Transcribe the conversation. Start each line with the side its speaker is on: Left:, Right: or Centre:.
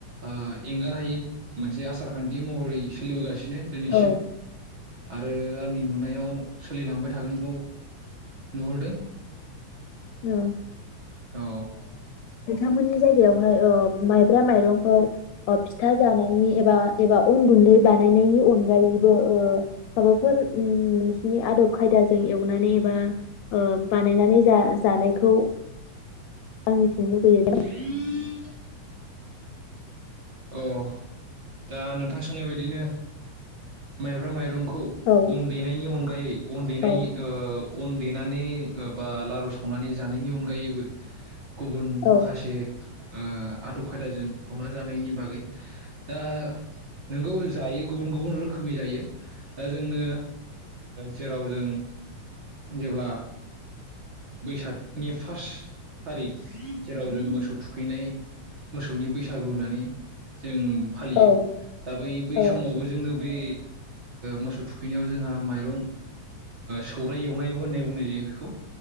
Right: ओ एंगार हायि मोनसे आसारखान्थि महरै सोलिबोगासि बिदिनो दिनैसिम।
Left: औ
Right: आरो आंनि नुनायाव सोलिलांबाय थागोनखौ नुहुरदों
Left: <inaudible> अ
Right: औ
Left: नोंथांमोननि जायगायावहाय ओ माइ ब्रा माइरंखौ फि फिथा जानायनि एबा एबा अन गुन्दै बानायनायनि अनगायैबो ओ माबाफोर ओ आदब। खायदाजों एवनानै एबा ओ बानायनानै जा जानायखौ
Right: <inaudible>
Left: आं मिथिनो लुबैयो
Right: अ दा नोंथां सोंनाय बायदिनो माइब्रा माइरंख खौ
Left: औ
Right: अन देनायनि अनगायै अन देनायनि
Left: औ
Right: अन देनानै बा लारु सावनानै जानायनि अनगायैबो गुबुन
Left: औ
Right: माखासे ओ आदब खायदाजों सावना जानायनि बागै दा नोंगौ जायो गुबुन गुबुन रोखोमनि जायो दा जोङो जेराव जों जेब्ला बैसागनि फार्स्ट थारिख जेराव जों मोसौ थुखैनाय मोसौनि बैसागु होनानै जों फालियो
Left: औ
Right: दा बै बै
Left: औ
Right: समावबो जोङो बे मोसौ थुखैनायाव जोंहा माइरं सौराइ एवनायबो होननाय बुंनाय जायो बेखौ